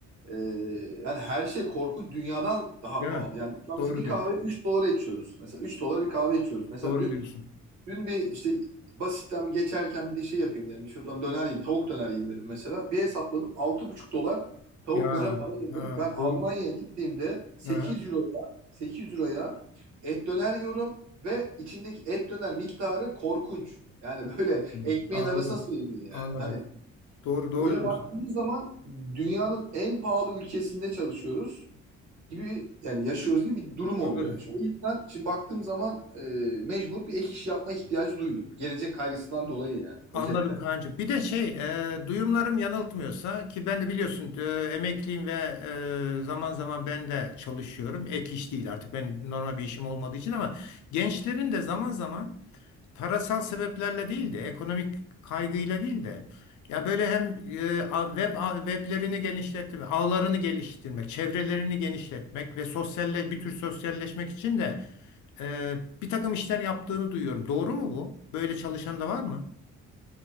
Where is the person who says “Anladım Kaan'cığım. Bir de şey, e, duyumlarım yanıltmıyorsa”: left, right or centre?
Left